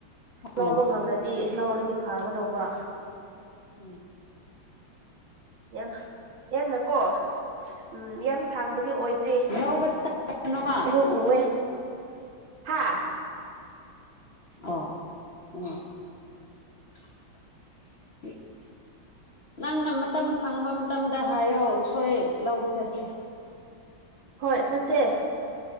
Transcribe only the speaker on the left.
ꯑꯣ
ꯎꯝ
ꯂꯧꯕ ꯆꯠꯁꯅꯣꯃ
ꯑꯣ ꯑꯣ <unintelligible> ꯅꯪꯅ ꯃꯇꯝ ꯁꯪꯕ ꯃꯇꯝꯗ ꯍꯥꯏꯌꯣ ꯎꯁꯣꯏ ꯂꯧꯕ ꯆꯠꯁꯦ <inaudible>